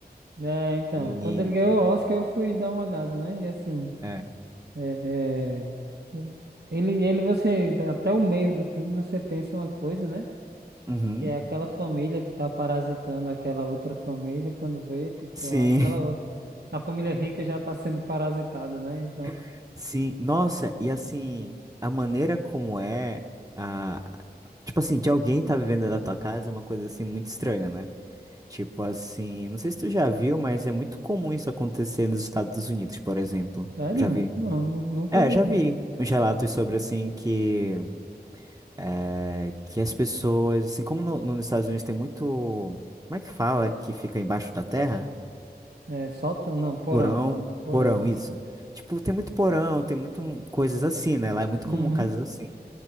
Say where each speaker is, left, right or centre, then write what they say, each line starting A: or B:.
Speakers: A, on the right; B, on the right.
A: É, então,
B: E.
A: quando ele ganhou o Oscar, eu fui dar uma olhada, né? E assim,
B: É.
A: é, é, é, ele, ele, você, até o meio do filme, você pensa uma coisa, né?
B: Uhum.
A: Que é aquela família que tá parasitando aquela outra família, e quando vê, tipo,
B: Sim,
A: aquela. A família rica já tá sendo parasitada, né? Então.
B: <laughs> sim. Nossa, e assim, a maneira como é. A... Tipo assim, de alguém tá vivendo da tua casa é uma coisa assim muito estranha, né? Tipo assim, não sei se tu já viu, mas é muito comum isso acontecer nos Estados Unidos, por exemplo.
A: Sério?
B: Já vi.
A: Não, nu- nunca
B: É,
A: vi.
B: já vi uns relatos sobre assim que é, que as pessoas, assim como no- no- nos Estados Unidos tem muito, como é que fala que fica embaixo da terra?
A: É, sótão, não, porão.
B: Porão,
A: Porão,
B: porão,
A: né?
B: isso. Tipo, tem muito porão, tem muito coisas assim, né? Lá é muito
A: Uhum.
B: comum casas assim.